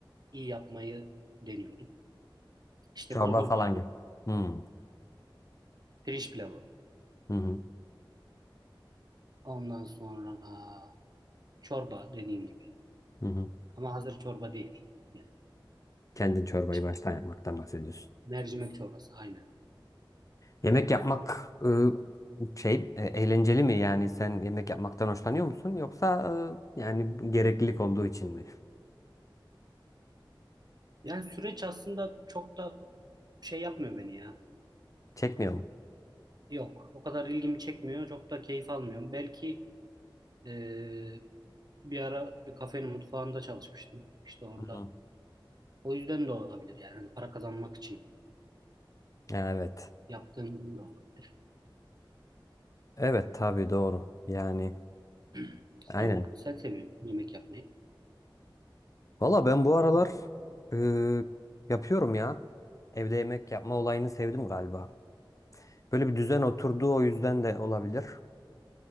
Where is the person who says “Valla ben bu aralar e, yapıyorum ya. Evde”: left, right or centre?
Left